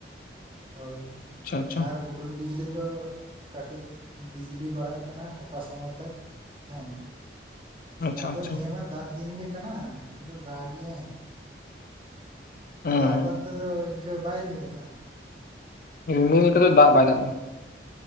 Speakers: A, on the right; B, on the left.
A: ᱦᱳᱭ
B: ᱟᱪᱪᱷᱟ
A: ᱟᱨ ᱦᱩᱰᱩᱨ ᱵᱤᱡᱽᱞᱤ ᱠᱚ, ᱠᱟᱹᱴᱤᱡ ᱵᱤᱡᱽᱞᱤ ᱵᱟᱲᱟᱜ ᱠᱟᱱᱟ ᱚᱠᱟ ᱥᱚᱢᱚᱭ ᱛᱟᱨ ᱦᱮᱸ,
B: ᱟᱪᱪᱷᱟ
A: ᱟᱫᱚ
B: ᱟᱪᱪᱷᱟ
A: ᱱᱤᱭᱟᱹ ᱢᱟ ᱫᱟᱜ ᱫᱤᱱ ᱜᱮ ᱠᱟᱱᱟ, ᱟᱫᱚ ᱫᱟᱜ ᱮᱜ ᱟᱭ
B: ᱦᱩᱸ
A: ᱟᱫᱚ ᱟᱯ
B: ᱦᱩᱸ
A: ᱚᱱᱛᱮ ᱫᱚ ᱤᱱᱠᱟᱹ ᱵᱟᱭ ᱨᱤᱢᱤᱞ ᱠᱟᱜ-ᱟ?
B: ᱨᱤᱢᱤᱞ ᱟᱠᱟᱫᱟ ᱫᱟᱜ ᱵᱟᱭ ᱫᱟᱜ ᱟᱠᱟᱫᱟᱭ ᱾